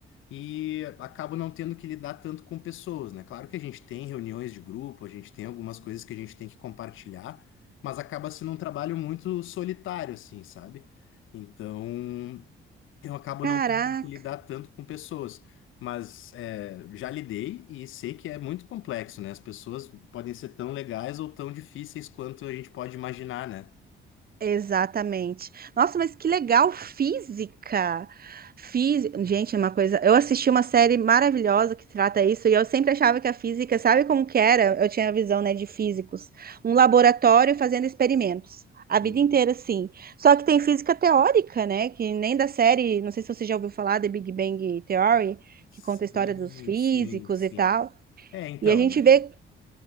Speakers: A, on the left; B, on the right.
A: e acabo não tendo que lidar tanto com pessoas, né? Claro que a gente tem reuniões de grupo, a gente tem algumas coisas que a gente tem que compartilhar, mas acaba sendo um trabalho muito solitário, assim, sabe? Então eu acabo
B: caraca,
A: não tendo que lidar tanto com pessoas, mas é, já lidei e sei que é muito complexo, né? As pessoas podem ser tão legais ou tão difíceis quanto a gente pode imaginar, né?
B: exatamente. Nossa, mas que legal, física. Física, gente, é uma coisa. Eu assisti uma série maravilhosa que trata isso e eu sempre achava que a física, sabe como que era? Eu tinha a visão, né, de físicos, um laboratório fazendo experimentos. A
A: Uhum.
B: vida inteira, sim. Só que tem física teórica, né? Que nem da série, não sei se você já ouviu falar, da Big Bang Theory,
A: Sim,
B: que conta a história dos físicos
A: sim, sim.
B: e tal.
A: É, então,
B: E a gente
A: né?
B: vê.